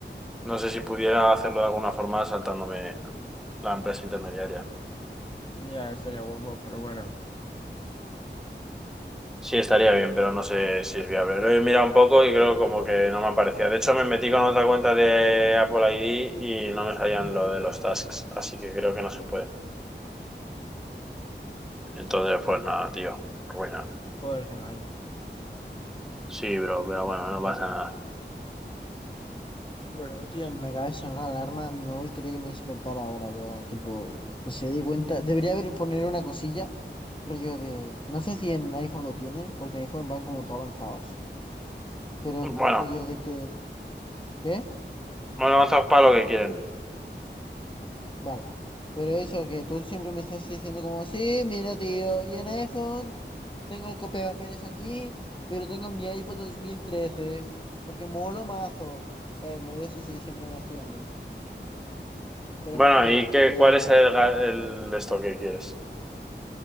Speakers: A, in the centre; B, on the left.
A: No sé si pudiera hacerlo de alguna forma saltándome la empresa intermediaria.
B: Ya, estaría guapo, pero bueno.
A: Sí, estaría bien, pero no sé si es viable. Lo he mirado un poco y creo como que no me aparecía. De hecho, me metí con otra cuenta de Apple ID y no me salían
B: Ujú.
A: lo de los tasks, así que creo que no se puede. Entonces, pues nada, tío, ruina.
B: Joder, qué mal.
A: Sí, bro, pero bueno, no pasa
B: Pero
A: nada.
B: bueno. Bro, tío, me acaba de sonar la alarma. Mi móvil quería que me despertara ahora, bro. Tipo, se di cuenta. Debería haber poner una cosilla, rollo de. No sé si en iPhone lo tienen, porque en iPhone van como todo avanzados. Pero
A: Bueno,
B: rollo de que. ¿Qué?
A: bueno, avanzados para lo que quieren.
B: Vale. Pero eso, que tú siempre me estás diciendo como, sí, mira, tío, y en iPhone tengo el papeles aquí, pero tengo mi iPod de 2013 porque molo mazo. ¿Sabes? Movidas así, siempre me vas tirando. Pero
A: Bueno,
B: me refiero
A: ¿y qué,
B: que.
A: cuál es el, ga- el esto que quieres?